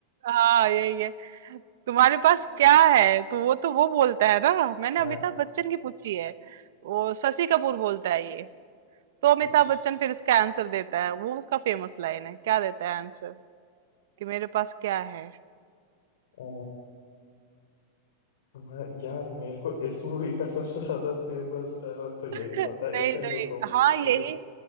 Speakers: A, on the right; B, on the left.
A: हाँ यही है तुम्हारे पास क्या है तो वो तो वो बोलता है ना मैंने
B: हाँ
A: अमिताभ बच्चन की पूछी है वो शशि कपूर बोलता है ये तो अमिताभ
B: अच्छा
A: बच्चन फिर इसका आंसर देता है वो उसका फेमस लाइन है क्या देता है आंसर कि मेरे पास क्या है
B: अ, मैं यार मेरे को इस मूवी का सबसे ज्यादा फेमस डायलॉग तो यही
A: <laughs>
B: पता
A: नहीं
B: है एक सेकंड
A: नहीं
B: रुको
A: हाँ यही
B: मुझे